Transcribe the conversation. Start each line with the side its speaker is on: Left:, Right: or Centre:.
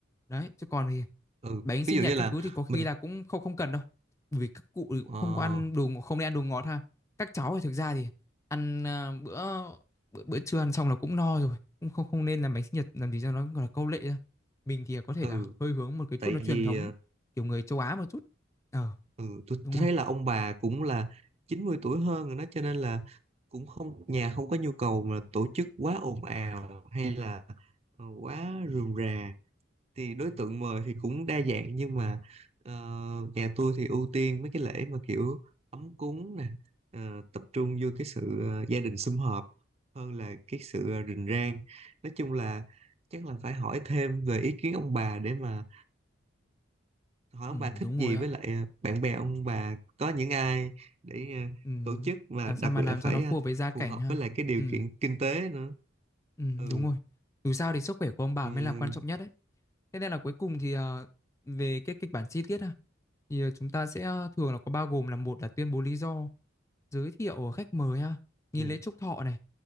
Left: Đấy, chứ còn thì
Right: ừ
Left: bánh sinh
Right: ví dụ
Left: nhật
Right: như là
Left: các thứ thì có khi
Right: mình
Left: là cũng không không cần đâu bởi vì các cụ thì cũng
Right: ờ
Left: không có ăn đồ ngọt- không nên ăn đồ ngọt ha các cháu thì thực ra thì ăn ờ, bữa, bữa bữa trưa ăn xong là cũng no rồi cũng không không nên làm bánh sinh nhật làm gì cho nó gọi là câu lệ ra. mình thì có thể
Right: ừ
Left: là hơi hướng một cái
Right: tại
Left: chút nó truyền
Right: vì
Left: thống
Right: ờ,
Left: kiểu người châu Á một chút ờ
Right: Ừ, tôi, tôi
Left: đúng
Right: thấy
Left: rồi
Right: là ông bà cũng là 90 tuổi hơn rồi đó cho nên là cũng không nhà không có nhu cầu mà tổ chức quá ồn ào hay là ờ, quá rườm rà thì đối tượng mời thì cũng đa dạng nhưng mà ờ, nhà tôi thì ưu tiên mấy cái lễ mà kiểu ấm cúng nè ờ, tập trung vô cái sự ờ, gia đình sum họp hơn là cái sự ờ, rình rang nói chung là chắc là phải hỏi thêm về ý kiến ông bà để mà hỏi ông
Left: ừ,
Right: bà thích
Left: đúng
Right: gì
Left: rồi ạ
Right: với lại ờ, bạn bè ông bà có những ai để ờ,
Left: ừ.
Right: tổ chức mà
Left: làm sao
Right: đặc
Left: mà
Right: biệt
Left: làm
Right: là
Left: cho
Right: phải
Left: nó phù
Right: ờ,
Left: hợp với gia cảnh
Right: phù hợp
Left: ha
Right: với lại cái điều
Left: ừ,
Right: kiện kinh tế nữa
Left: ừ
Right: ừ
Left: đúng rồi dù sao thì sức khỏe của ông bà
Right: ừm,
Left: mới là quan trọng nhất đấy Thế nên là cuối cùng thì ờ, về cái kịch bản chi tiết ha, thì ờ, chúng ta sẽ ờ, thường là có bao gồm là một là tuyên bố lý do, giới thiệu khách mời ha, nghi
Right: ừm,
Left: lễ chúc thọ này,